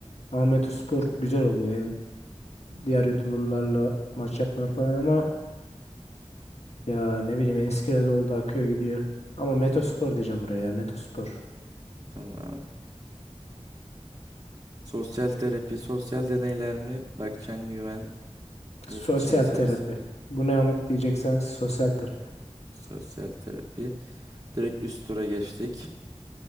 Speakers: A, on the left; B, on the right.
A: Ama Metospor güzel oluyor. Hem diğer YouTuber'larla maç yapmaları falan ama ya ne bileyim Enis Kirazoğlu da akıyor gidiyor. Ama Metospor diyeceğim buraya ya Metospor.
B: Tamam. Sosyal terapi, sosyal deneyler mi? Berkcan Güven'in
A: Sosyal
B: şey serisi.
A: terapi. Bu ne amık diyeceksen sosyal terapi.
B: Sosyal terapi. Direkt üst tura geçtik.